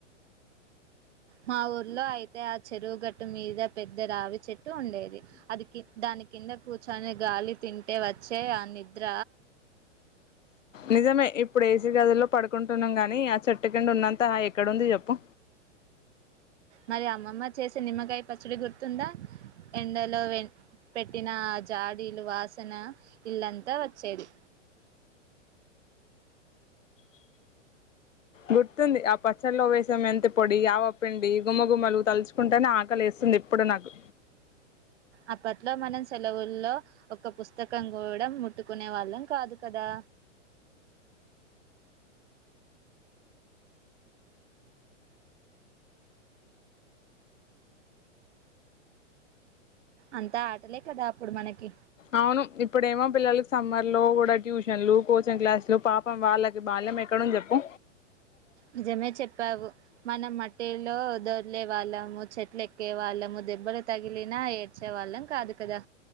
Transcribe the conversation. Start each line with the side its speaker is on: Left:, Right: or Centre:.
Right: మా ఊర్లో అయితే ఆ చెరువుగట్టు మీద పెద్ద రావి చె ట్టు ఉండేది అది కి దాని కింద కూర్చొని గాలి తింటే వ చ్చే ఆ నిద్ర
Left: నిజమే ఇప్పుడు ఏసీ గదిలో పడుకుంటున్నాం గాని ఆ చెట్టు కింద ఉన్నంత ఎక్కడుంది చెప్పు
Right: మరి అమ్మమ్మ చేసే నిమ్మకాయ పచ్చడి గుర్తుందా ఎండలో వెన్ పెట్టిన ఆ జాడీలు వాసన ఇల్లంతా వచ్చేది
Left: గుర్తుంది ఆ పచ్చళ్లో వేసే మెంతి పొడి ఆవ పిండి గుమగుమలు తలుచుకుంటనే ఆకలి వస్ స్తుంది ఇప్పుడు నాకు
Right: అప్పట్లో మనం సెలవుల్లో ఒక పుస్తకం కూడా ముట్టుకునే వాళ్ళం కాదు కదా అంతా ఆటలే కదా అప్పుడు మనకి
Left: అవును ఇప్పుడేమో పిల్లలకి సమ్మర్ లో కూడా ట్యూషన్లు కోచింగ్ క్లాసులు పాపం వాళ్ళకి బాల్ ల్లంఎక్కడ ఉంది చెప్పు
Right: నిజమే చెప్పావు మనం మట్టిలో దొర్లే వాళ్ళము చెట్లు ఎక్కే వాళ్ళము దెబ్బలు తగిలినా ఏడ్చే వాళ్ళం కాదు కదా